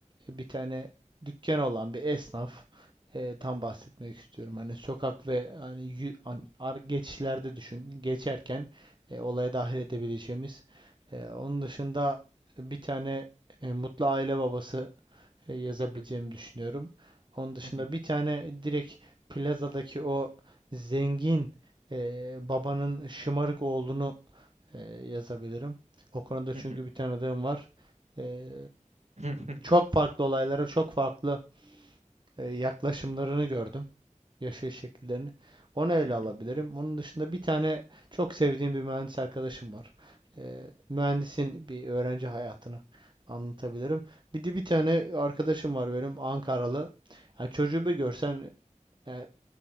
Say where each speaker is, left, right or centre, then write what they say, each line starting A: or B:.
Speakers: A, on the right; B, on the right.
A: bir tane dükkan olan bir esnaf e, tam bahsetmek istiyorum. Hani sokak ve hani yü- an- ar- geçişlerde düşün. Geçerken e, olaya dahil edebileceğimiz. E, onun dışında bir tane e, mutlu aile babası e, yazabileceğimi
B: hı hı,
A: düşünüyorum. Onun dışında
B: hı hı,
A: bir tane direkt plazadaki o zengin e, babanın şımarık oğlunu e, yazabilirim. O konuda
B: hı
A: çünkü
B: hı,
A: bir tanıdığım var. E,
B: hı hı, hı hı.
A: çok farklı olaylara çok farklı e, yaklaşımlarını gördüm. Yaşayış şekillerini. Onu ele
B: <laughs>
A: alabilirim. Onun dışında bir tane çok sevdiğim bir mühendis arkadaşım var. E, mühendisin bir öğrenci hayatını anlatabilirim. Bir de bir tane arkadaşım var benim Ankaralı. Yani çocuğu bir görsen yani